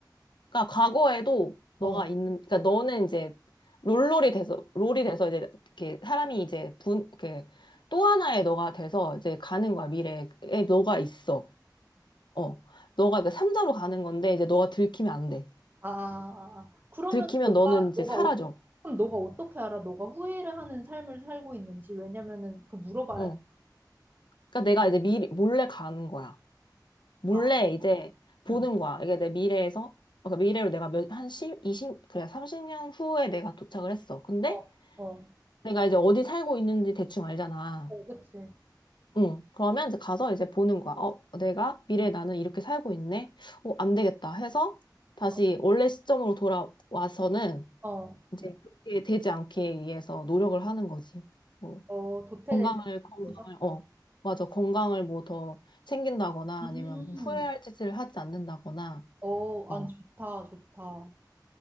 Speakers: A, on the left; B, on the right.
A: 그러니까 과거에도 너가
B: 어,
A: 있는 그러니까 너는 이제 롤롤이 돼서 롤이 돼서 이제 이렇게 사람이 이제 분 이렇게 또 하나의 너가 돼서 이제 가는 거야. 미래에 너가 있어. 어. 너가 이제 삼자로 가는 건데 이제 너가 들키면 안 돼.
B: 아, 아, 아. 아. 그러면
A: 들키면
B: 너가,
A: 너는 이제
B: 너가,
A: 사라져.
B: 어- 그럼 너가 어떻게 알아? 너가 후회를 하는 삶을 살고 있는지. 왜냐면은 그 물어봐야
A: 어.
B: 돼.
A: 그러니까 내가 이제 미리 몰래 가는 거야. 몰래
B: 아,
A: 이제 보는
B: 음.
A: 거야. 이게 내 미래에서 그러니까 미래로 내가 몇, 한 십 이십 그래 30년 후에 내가 도착을 했어. 근데
B: 어, 어,
A: 내가 이제 어디 살고 있는지 대충 알잖아.
B: 어, 그치.
A: 응. 그러면 이제 가서 이제 보는 거야. 어, 내가 미래에
B: 음,
A: 나는 이렇게 살고 있네. 어, 안 되겠다 해서 다시
B: 어,
A: 원래 시점으로 돌아와서는
B: 어,
A: 이제 그렇게 되지 않기 위해서 노력을 하는 거지. 뭐
B: 어, 도태되지
A: 건강을 건강을
B: 않아서?
A: 어 맞아 건강을 뭐 더 챙긴다거나
B: 음,
A: 아니면 뭐 후회할 짓을 하지 않는다거나
B: 어,
A: 어,
B: 아니, 좋다, 좋다. 어,